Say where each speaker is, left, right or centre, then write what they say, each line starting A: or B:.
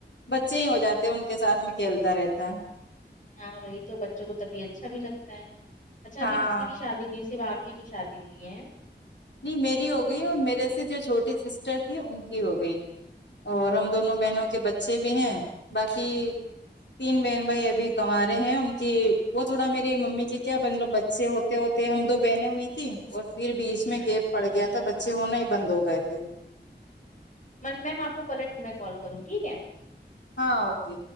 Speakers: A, on the left; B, on the left.
A: بچے ہی ہو جاتے ہیں ان کے ساتھ میں کھیلتا رہتا ہے
B: ہاں وہی تو بچوں کو تبھی اچھا بھی لگتا ہے اچھا ابھی
A: ہاں
B: کسی کی شادی دنی سی ب آپ ہی کی شادی ہوئی ہے
A: نہیں میری ہو گئی اور میرے سے جو چھوٹی سسٹر تھھی ان کی ہو گئی اور ہم دونوں
B: اچھا
A: بہنوں کے بچے بھی ہیں باقی تین بہن بھائی ابھی کو رہے ہیں ان کی وہ تھوڑا میری ممی کے کیا مطلب بچے ہوتے ہوتے ہم دو بہنیں ہوئی تیں اور پھر بیچ میں
B: ہوں
A: گیپ پڑ گیا تھا بچے ہونا ہی بند ہو گئے تھے
B: میم آپ کو پلٹ کے میں کال کروں ٹھیک ہے
A: ہاں اوکے